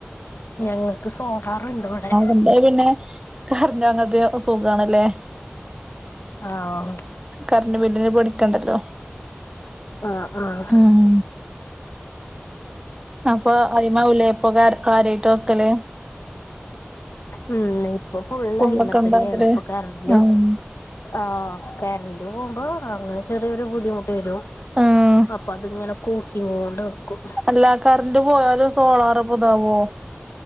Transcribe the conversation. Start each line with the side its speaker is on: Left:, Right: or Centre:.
Left: ഞങ്ങൾക്ക് സോളാറുണ്ട് ഇവിടെ
Right: എന്റെ പിന്നെ കറന്റ്‌ അങ്ങത്തെ സുഖണല്ലേ
Left: ആഹ് ഓ
Right: കറൻ്റ് ബില്ലിന് പേടിക്കണ്ടല്ലോ
Left: ആഹ് ആഹ്
Right: ഉം അപ്പൊ അയിമാവുല്ലേ ഇപ്പൊ കിര്യായിട്ട് വെക്കൽ
Left: ഉം ഇപ്പൊ ഫുൾ
Right: ഫുഡൊക്കെ
Left: അയ്മ
Right: ഉണ്ടാക്കല്
Left: തന്നെയാണ് ഇപ്പൊ കറണ്ടും
Right: ആഹ്
Left: ആഹ കറന്റ് പോകുമ്പോ അങ്ങനെ ചെറിയൊരു ബുദ്ധിമുട്ട് വരും
Right: ആഹ്
Left: അപ്പൊ അതിങ്ങനെ കൂകികൊണ്ട് നിക്കും
Right: എല്ലാ കറന്റ് പോയാലും സോളാർ ഇപ്പ താവോ